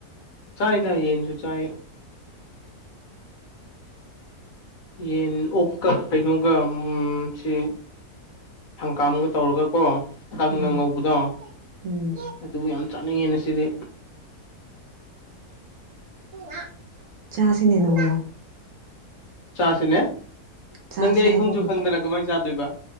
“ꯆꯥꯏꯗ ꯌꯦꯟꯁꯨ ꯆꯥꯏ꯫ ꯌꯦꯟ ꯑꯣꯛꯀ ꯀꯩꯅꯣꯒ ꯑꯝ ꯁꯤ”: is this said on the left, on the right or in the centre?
Left